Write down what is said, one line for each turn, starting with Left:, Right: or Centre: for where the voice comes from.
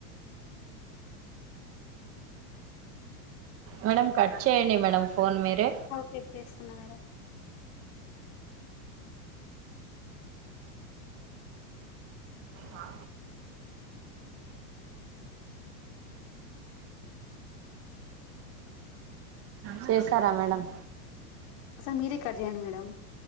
Right: మేడం కట్ చేయండి. మేడం ఫోన్ మీరె
Left: కట్ చేస్తున్నా మేడం
Right: ఆ చేస్తరా మేడం
Left: అసలు మీరే కట్ చేయండి. మేడం